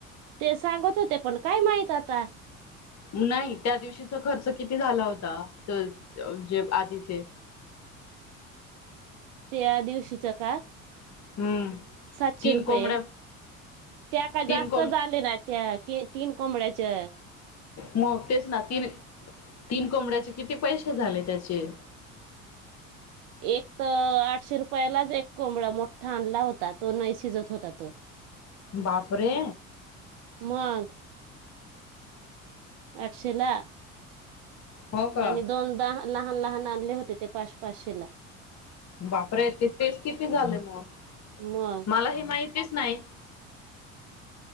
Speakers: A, on the right (about 60°); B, on the left (about 40°).
A: ते सांगत होते पण काय माहित आता.
B: नाही त्या दिवशीचा खर्च किती झाला होता जे आधीचे?
A: त्या दिवशीच का.
B: हं.
A: सातशे रुपये
B: कोंबड्या
A: त्या का
B: तीन
A: जास्त
B: कोंब
A: झाले ना त्या तीन कोबडयाचे
B: मग तेच ना तीन तीन कोंबड्याचे किती पैसे झाले त्याचे?
A: एक तर आठशे रुपयालाच एक कोंबळा मोठा आणला होता तो नाही शिजत होता त.
B: बापरे
A: मग <inaudible> आठशेला.
B: हो का
A: आणि दोन द लहान, लहान आणले होते ते पाच, पाचशे ला.
B: बापरे ते तेच किती झाले मग
A: मग
B: मला हे माहितीच नाही.